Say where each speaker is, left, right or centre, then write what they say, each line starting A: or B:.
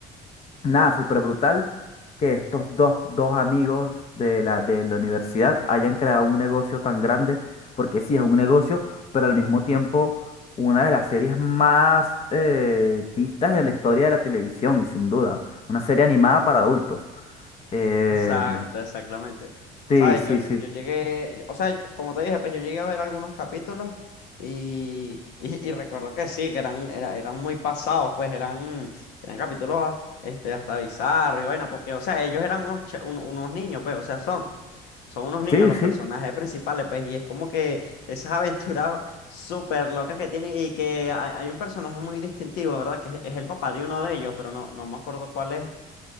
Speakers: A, on the left; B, on the left.
A: Nada, súper brutal que estos dos, dos amigos de la, de la universidad hayan creado un negocio tan grande, porque sí es un negocio, pero al mismo tiempo una de las series más eh, vistas en la historia de la televisión, sin duda. Una serie animada para adultos. Eh,
B: Exacto, exactamente.
A: sí,
B: Sabes,
A: sí,
B: yo,
A: sí.
B: yo llegué, yo- o sea, como te dije, pues yo llegué a ver algunos capítulos y, y, y recuerdo que sí, que eran, era- eran muy pasados, pues eran, eran capítulos ah, este, hasta bizarros y vaina, porque, o sea, ellos eran unos, che- un- unos niños, pues, o sea, son, son unos niños
A: Sí,
B: los
A: sí,
B: personajes principales, pues, y es como que esas <laughs> aventuras súper locas que tiene y que hay, hay un personaje muy distintivo, ¿verdad? Que es, es el papá de uno de ellos, pero no, no me acuerdo cuál es.